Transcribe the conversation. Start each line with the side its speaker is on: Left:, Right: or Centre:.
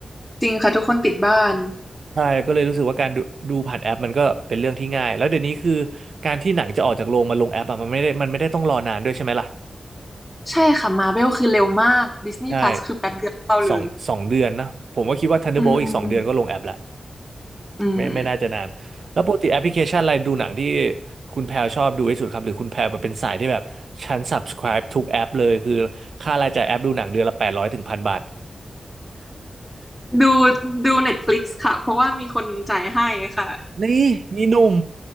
Centre: จริงค่ะทุกคนติดบ้าน
Right: ใช่ก็เลยรู้สึกว่าการดูดูผ่านแอปมันก็เป็นเรื่องที่ง่ายแล้วเดี๋ยวนี้คือการที่หนังจะออกจากโรงมาลงแอปอะมันไม่ได้มันไม่ได้ต้องรอนานด้วยใช่ไหมล่ะ
Centre: ใช่ค่ะมาเวลคือเร็วมากดิสนีย์พลัสคือแป๊บเดียวเข้าเลย
Right: ใช่สองสองเดือนนะผมก็คิดว่า Thunderbolt
Centre: อืม
Right: อีกสองเดือนก็ลงแอปละ
Centre: อืม
Right: ไม่ไม่น่าจะนานแล้วปกติแอปพลิเคชันอะไรดูหนังที่คุณแพลชอบดูที่สุดครับหรือคุณแพลแบบเป็นสายที่แบบฉัน subscribe ทุกแอปเลยคือค่ารายจ่ายแอปดูหนังเดือนละแปดร้อยถึงพันบาท
Centre: ดูดูเน็ตฟลิกซ์ค่ะเพราะว่ามีคนจ่ายให้ค่ะ
Right: นี่มีหนุ่ม